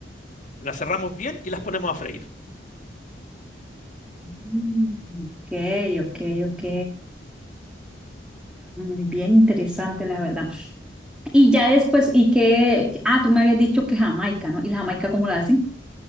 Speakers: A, on the left; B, in the centre.
A: La cerramos bien y las ponemos a freír.
B: Mm, Ok, ok, ok. Muy bien, interesante, la verdad. Y ya después, ¿y qué? Ah, tú me habías dicho que Jamaica, ¿no? ¿Y la Jamaica cómo la hacen?